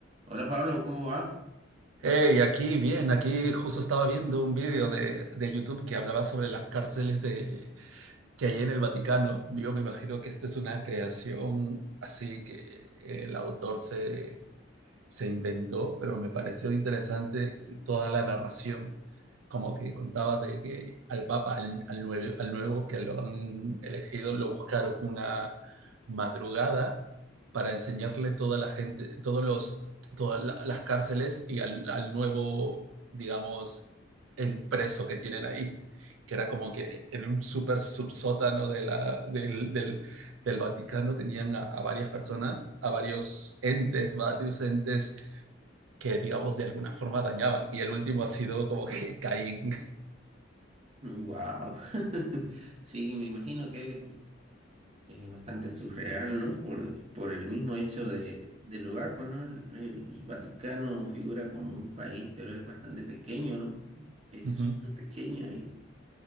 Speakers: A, on the right; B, on the right.
A: Hola Pablo, ¿cómo va?
B: Hey, aquí bien, aquí justo estaba viendo un vídeo de, de YouTube que hablaba sobre las cárceles de, que hay en el Vaticano. Yo me imagino que esto es una creación así que el autor se, se inventó, pero me pareció interesante toda la narración, como que contaba de que al Papa, al, al nuevo, al nuevo que lo han elegido, lo buscaron una madrugada para enseñarle toda la gente, todos los, todas las cárceles y al, al nuevo, digamos, preso que tienen ahí, que era como que en un súper subsótano de la, del, del- del Vaticano tenían a, a varias personas, a varios entes, varios entes que, digamos, de alguna forma dañaban. Y el último ha sido como que <laughs> Caín.
A: Wow. <laughs> Sí, me imagino que es eh, bastante surreal, ¿no? Por, por el mismo hecho de, del lugar, pues, ¿no? El, el Vaticano figura como un país, pero es bastante pequeño, ¿no? Es
B: Uh -huh.
A: súper pequeño y,